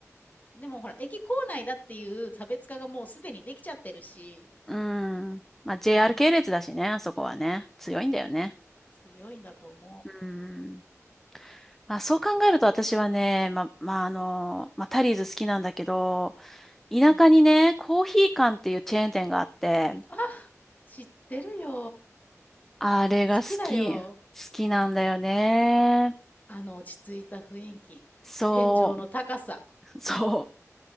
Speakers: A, on the left; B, in the centre.
A: でもほら、駅構内だっていう差別化がもうすでにできちゃってるし、
B: うん。まあ、JR
A: うん、
B: 系列だしね、あそこはね。強いんだよね。
A: 強いんだと思
B: うん。まあ、そう考えると私はね、
A: う。うん、
B: まあ、まあ、あの、まあ、タリーズ好きなんだけど、田舎にね、
A: うん。
B: コーヒー館っていうチェーン店があって、
A: あ、知ってるよ。
B: あれが好き。
A: 好きだよ。
B: 好きなんだよね。
A: あの落ち着いた雰囲気。
B: そ
A: 天井の高さ。
B: う、そ